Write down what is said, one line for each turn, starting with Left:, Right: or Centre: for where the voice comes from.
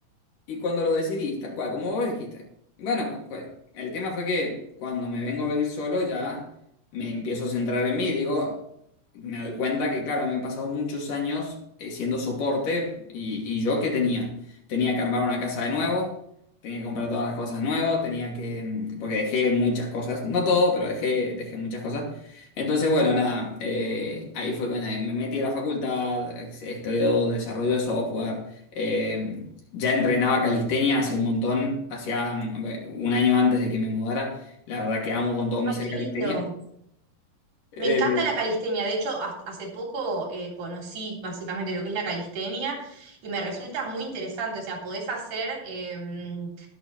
Left: Y cuando lo decidí, tal cual, como vos dijiste. Bueno, pues, el tema fue que cuando me vengo a vivir solo ya me empiezo a centrar en mí. Digo, me doy cuenta que, claro, me he pasado muchos años eh, siendo soporte y, y yo qué tenía. Tenía que armar una casa de nuevo, tenía que comprar todas las cosas de nuevo, tenía que... mm, Porque dejé muchas cosas, no todo, pero dejé, dejé muchas cosas. Entonces, bueno, nada, eh, ahí fue cuando me metí a la facultad, estudié desarrollo de software. Eh, ya entrenaba calistenia hace un montón, hacía mm, un año antes de que me mudara. La verdad que amo con todo mi
Right: Ay,
Left: ser
Right: qué
Left: calistenia.
Right: lindo.
Left: Eh,
Right: Me encanta la calistenia. De hecho, hasta- hace poco eh, conocí básicamente lo que es la calistenia y me resulta muy interesante. O sea, podés hacer, em,